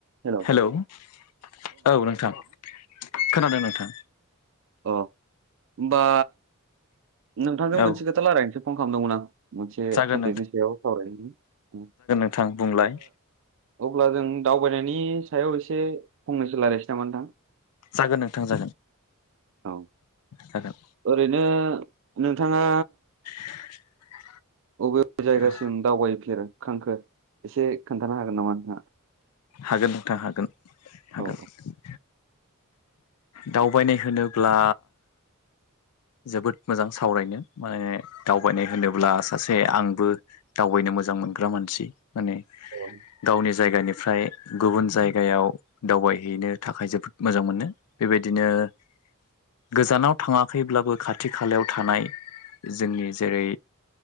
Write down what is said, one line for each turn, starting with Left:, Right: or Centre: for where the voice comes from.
Right: हेल' औ
Left: हेलौ औ नोंथां खोनादों नोंथां
Right: अ ओमबा नोंथांजों
Left: औ
Right: मोनसे खोथा लायरायनोसो फन खालामदोंमोन आं मोनसे
Left: जागोन
Right: टपिकनि सायाव सावरायदिनि
Left: नोथां बुंलाय
Right: अब्ला जों दावबायनायनि सायाव एसे फंनैसो लायरायनोसै नामा नोंथां
Left: जागोन नोंथां जा-
Right: औ
Left: जागोन
Right: ओरैनो नोंथाङा
Left: <unintelligible>
Right: अबे अबे जायगासिम
Left: औ
Right: दावबायफेरखांखो एसे खोन्थानो हागोन नामा नोंथाङा
Left: हागोन नोंथां हागोन हागोन
Right: औ
Left: दावबायनाय होनोब्ला जोबोद मोजां सावरायनो माने दावबायनाय होनोब्ला सासे आंबो दावबायनो मोजां मोनग्रा मानसि माने
Right: औ
Left: गावनि जायगानिफ्राय गुबुन जायगायाव दावबायहैनो थाखाय जोबोद मोजां मोनो बेबायदिनो ओ गोजानाव थाङा खैब्लाबो खाथि खालायाव थानाय जोंनि जेरै